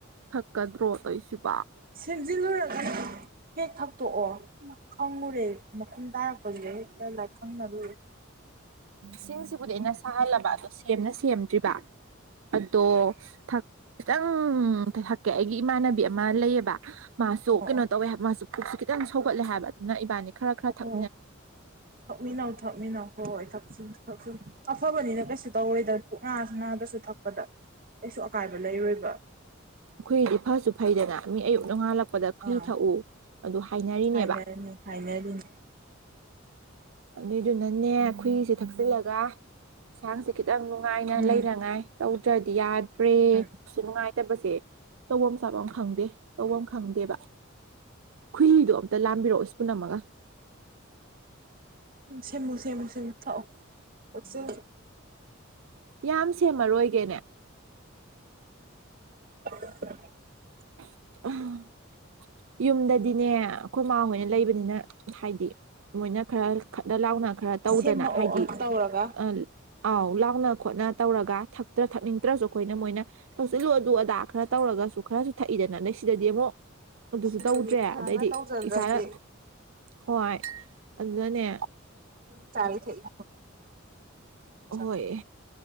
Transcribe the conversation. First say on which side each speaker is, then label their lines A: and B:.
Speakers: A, on the right; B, on the right.
A: ꯊꯛꯀ ꯗ꯭ꯔꯣ ꯇꯧꯏꯁꯤꯕꯨ
B: ꯁꯦꯝꯖꯤꯜꯂꯨꯔꯒꯅ ꯍꯦꯛ ꯊꯛꯇꯣꯛꯑꯣ ꯈꯪꯉꯨꯔꯦ ꯆꯨꯝ ꯇꯥꯔꯛꯄꯖꯤꯗ ꯑꯩꯗꯤ ꯍꯦꯛꯇ ꯂꯥꯏꯈꯪꯅꯔꯨꯔꯦ
A: ꯁꯤꯡꯁꯤꯕꯨꯗꯤ ꯑꯩꯅ ꯁꯥꯍꯜꯂꯕ ꯑꯗꯣ ꯁꯦꯝꯅ ꯁꯦꯝꯗ꯭ꯔꯤꯕ ꯑꯗꯣ ꯊꯛ ꯈꯤꯇꯪ ꯊꯛꯀꯦ ꯑꯩꯒꯤ ꯏꯃꯥꯟꯅꯕꯤ ꯑꯃ ꯂꯩꯌꯦꯕ ꯃꯥꯁꯦ ꯂꯥꯀꯈꯤ ꯁꯨ
B: ꯑꯣ
A: ꯀꯩꯅꯣ
B: ꯑꯣ
A: ꯇꯧꯋꯦ ꯍꯥꯏꯕ ꯃꯥꯁꯨ ꯄꯨꯛꯁꯨ ꯈꯤꯇꯪ ꯁꯧꯒꯠꯂꯦ ꯍꯥꯏꯕ ꯑꯗꯨꯅ ꯏꯕꯥꯅꯤ ꯈꯔ ꯊꯛ
B: ꯑꯣ ꯑꯣ ꯊꯛꯃꯤꯟꯅꯧ ꯊꯛꯃꯤꯟꯅꯧ ꯍꯣꯏ ꯍꯣꯏ ꯊꯁꯦ ꯊꯁꯦ ꯑꯐꯕꯅꯤꯅ ꯀꯩꯁꯨ ꯇꯧꯔꯣꯢꯗ ꯄꯨꯛ ꯅꯥꯔꯁꯨ ꯅꯥꯗ꯭ꯔꯁꯨ ꯊꯛꯄꯗ ꯀꯩꯁꯨ ꯑꯀꯥꯏꯕ ꯂꯩꯔꯣꯏꯕ
A: ꯑꯈꯣꯏꯒꯤꯗꯤ ꯐꯁꯨ ꯐꯩꯗꯅ ꯃꯤ ꯑꯌꯨꯛ ꯅꯣꯡꯉꯥꯜꯂꯛ ꯊꯛꯄꯗ ꯈꯨꯨꯏ
B: ꯑꯥ
A: ꯊꯛꯎ ꯑꯗꯨ ꯑꯗꯨ ꯍꯥꯏꯅꯔꯤꯅꯦꯕ
B: ꯍꯥꯏꯅꯔꯤꯅꯤ ꯍꯥꯏꯅꯔꯤꯅꯤ
A: ꯑꯗꯨꯏꯗꯨꯅꯅꯦ ꯈꯨꯏꯁꯦ ꯊꯛꯆꯤꯜꯂꯒ ꯏꯁꯥꯡꯁꯦ ꯈꯤꯇꯪ ꯅꯨꯡꯉꯥꯏꯅ
B: ꯎꯝ
A: ꯂꯩꯅꯉꯥꯏ ꯇꯧꯗ꯭ꯔꯗꯤ ꯌꯥꯗ꯭ꯔꯦ
B: ꯎꯝ
A: ꯁꯤꯃꯉꯥꯏ ꯇꯕꯋꯦꯁꯦ ꯇꯧꯕꯐꯝ ꯆꯥꯐꯝ ꯑꯃ ꯈꯪꯗꯦ ꯇꯧꯕꯐꯝ ꯈꯪꯗꯦꯕ ꯈꯨꯍꯤꯗꯨꯣ ꯑꯝꯇ ꯂꯥꯝꯕꯤꯔꯛꯑꯣꯁꯏꯌ ꯏꯄꯨꯅꯝꯃꯒ
B: ꯁꯦꯝꯃꯨ ꯁꯦꯝꯃꯨ ꯁꯦꯝꯃꯨ ꯊꯑꯣꯆ
A: ꯌꯥꯝ ꯁꯦꯝꯃꯔꯣꯏꯒꯦꯅꯦ
B: <unintelligible>
A: <unintelligible> ꯌꯨꯝꯗꯗꯤꯅꯦ ꯑꯩꯈ ꯎꯃꯥ ꯍꯣꯏꯅ ꯂꯩꯕꯅꯤꯅ ꯍꯥꯏꯗꯤ ꯃꯣꯏꯅ ꯈꯔ ꯈꯠꯅ ꯂꯥꯎꯅ ꯈꯔ ꯇꯧꯗꯅ
B: ꯁꯦꯝꯃꯛꯑꯣ
A: ꯍꯥꯏꯗꯤ
B: ꯇꯧꯔꯒ
A: ꯑꯥ ꯑꯥꯎ ꯂꯥꯎꯅ ꯈꯣꯠꯅ ꯇꯧꯔꯒ ꯊꯛꯇ꯭ꯔ ꯊꯛꯅꯤꯡꯗ꯭ꯔꯁꯨ ꯑꯩꯈꯣꯏꯅ ꯃꯣꯏꯅ ꯇꯧꯁꯤꯜꯂꯨ ꯑꯗꯨ ꯑꯗꯥ ꯈꯔ ꯇꯧꯔꯒꯁꯨ ꯈꯔꯁꯨ ꯊꯛꯏꯗꯅ ꯂꯩ ꯁꯤꯗꯗꯤ ꯑꯃꯨꯛ ꯑꯗꯨꯁꯨ
B: ꯁꯤꯗꯗꯤ
A: ꯇꯧꯗ꯭ꯔꯦ
B: ꯏꯁꯥꯅ
A: ꯑꯗꯩꯗꯤ
B: ꯇꯧꯖꯗ꯭ꯔꯗꯤ
A: ꯏꯁꯥꯅ ꯍꯣꯏ ꯑꯗꯨꯗꯅꯦ
B: ꯆꯔꯤ ꯊꯥꯛꯏ
A: ꯍꯣꯏ
B: <unintelligible>